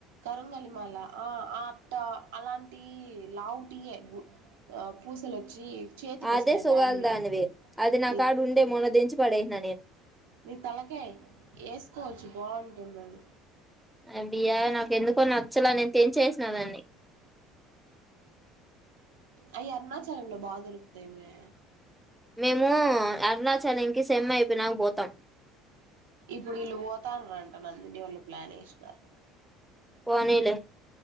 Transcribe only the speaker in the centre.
అదే సుగాలు
దానివే అది నా
కాడ ఉండే మొన్న తెచ్చ్ పడేసిన నేను
అబియా నాకు ఎందుకో నచ్చలే నేను తెంచేసిన దాన్ని
మేము అరుణాచలంకి సెమ్ అయిపోయినాక పోతాం
పోనీలే